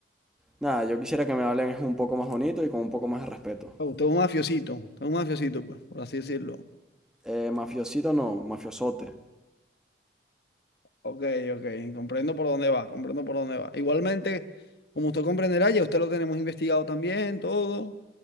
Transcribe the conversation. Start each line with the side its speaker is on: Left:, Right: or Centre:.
Centre: nada, yo quisiera que me hablen un poco más bonito y con un poco más de respeto.
Left: usted es un mafiosito, usted es un mafiosito, pues, por así decirlo.
Centre: Eh, mafiosito no, mafiosote.
Left: Ok, ok, comprendo por dónde va, comprendo por dónde va. Igualmente, como usted comprenderá, ya usted lo tenemos investigado también, todo.